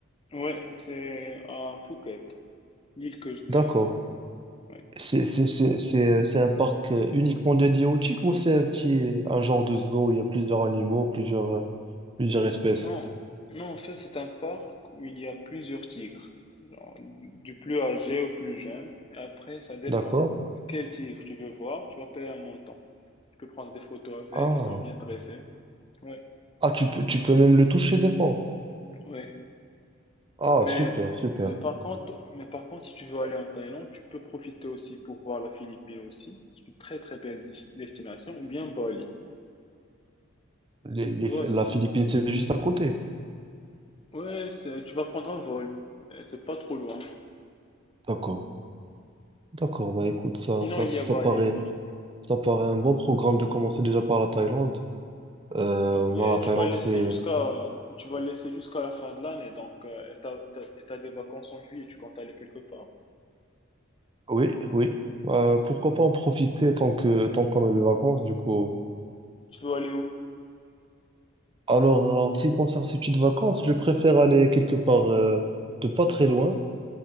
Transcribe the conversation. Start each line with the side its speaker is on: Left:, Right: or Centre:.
Left: Ouais, c'est à Phuket. L'île que je t'ai
Right: D'accord.
Left: raconté. Ouais.
Right: C'est, c'est, c'est, c'est, c'est un parc euh, uniquement dédié aux tigres ou c'est un petit, un genre de zoo où il y a plusieurs animaux, plusieurs. euh, Plusieurs espèces.
Left: Non, non, en fait, c'est un parc où il y a plusieurs tigres, genre, du plus âgé au plus jeune. Et après, ça dépend
Right: D'accord.
Left: quel tigre tu veux voir. Tu vas payer un montant. Tu peux prendre des photos avec,
Right: Ah.
Left: ils sont bien dressés. Ouais,
Right: Ah, tu peux, tu peux même le toucher des fois.
Left: ouais.
Right: Ah,
Left: Mais,
Right: super,
Left: pa-
Right: super.
Left: mais par contre, mais par contre, si tu veux aller en Thaïlande, tu peux profiter aussi pour voir la Philippine aussi. C'est une très très belle dis- destination, ou bien Bali.
Right: Les- les-
Left: Tu vois,
Right: la
Left: c'est-
Right: Philippine, c'est juste à côté.
Left: ouais, c'est- tu vas prendre un vol. Euh, C'est pas trop loin.
Right: D'accord. D'accord. Bah, écoute, ça,
Left: Sinon,
Right: ça,
Left: il
Right: ça
Left: y a Bali
Right: paraît,
Left: aussi.
Right: ça paraît un bon programme de commencer déjà par la Thaïlande. Euh,
Left: Ouais, mais
Right: moi, la Thaïlande,
Left: tu vas le laisser
Right: c'est,
Left: jusqu'à mais tu vas le laisser jusqu'à la fin de l'année, donc euh, et t'as, t'as- et t'as des vacances en juillet, tu comptes aller quelque part.
Right: oui, oui. Euh, pourquoi pas en profiter tant que, tant qu'on a des vacances, du coup.
Left: Tu veux aller où?
Right: Alors, euh, en ce qui concerne ces petites vacances, je préfère aller quelque part, euh, de pas très loin.